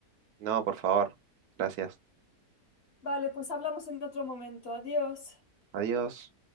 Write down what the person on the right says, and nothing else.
No, por favor. Gracias.
Adiós.